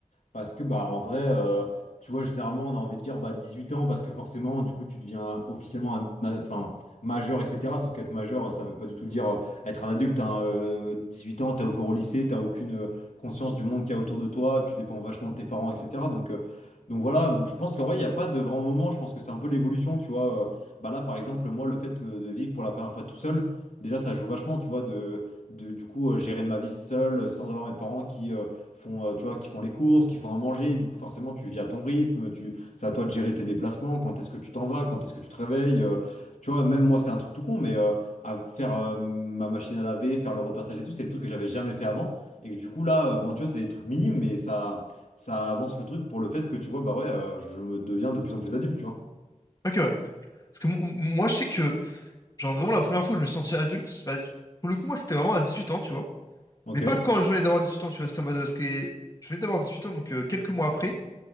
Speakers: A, on the left (about 75°); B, on the left (about 30°).
A: Parce que, bah, en vrai, euh, tu vois, généralement, on a envie de dire bah, 18 ans parce que forcément, du coup, tu deviens officiellement un, enfin, majeur, etc. Sauf qu'être majeur, ça veut pas du tout dire euh, être un adulte. hein. Euh, 18 ans, t'es encore au lycée, t'as aucune euh, conscience du monde qu'il y a autour de toi, tu dépends vachement de tes parents, etc. Donc, euh, donc voilà, donc je pense qu'en vrai, il n'y a pas de grand moment. Je pense que c'est un peu l'évolution, tu vois. Euh, bah là, par exemple, moi, le fait euh, de vivre pour la première fois tout seul, déjà, ça joue vachement, tu vois, de, de- du coup, euh, gérer ma vie seule sans avoir mes parents qui. euh, font, euh, tu vois, qui font les courses, qui font à manger. Du coup, forcément, tu vis à ton rythme. Tu, c'est à toi de gérer tes déplacements. Quand est-ce que tu t'en vas? Quand est-ce que tu te réveilles? euh, tu vois, même moi, c'est un truc tout con, mais euh, à faire euh, ma machine à laver, faire le repassage et tout, c'est des trucs que j'avais jamais fait avant. Et que du coup, là, euh, bon, tu vois, c'est des trucs minimes, mais ça, ça avance le truc pour le fait que tu vois, bah ouais, euh, je me deviens de plus en plus adulte, tu vois.
B: Ok, ouais. Parce que m- moi, je sais que, genre, vraiment, la première fois où je me suis senti adulte, bah, pour le coup, moi, c'était vraiment à 18 ans, tu vois.
A: Ok.
B: Mais pas quand je venais d'avoir 18 ans, tu vois, c'était en mode, euh, ce qui est- Je venais d'avoir 18 ans, donc euh, quelques mois après.